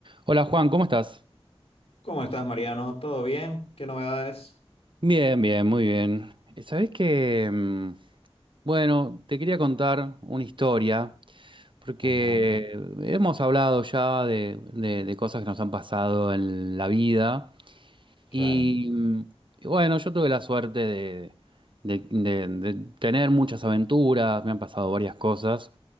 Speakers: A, on the right; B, on the left.
A: Hola Juan, ¿cómo estás?
B: ¿Cómo estás, Mariano? ¿Todo bien? ¿Qué novedades?
A: Bien, bien, muy bien. Eh, Sabés que, mm, bueno, te quería contar una historia, porque
B: Ajá,
A: hemos hablado ya de, de- de cosas que nos han pasado en la vida
B: claro.
A: y, mm, y bueno, yo tuve la suerte de, de- de- de tener muchas aventuras, me han pasado varias cosas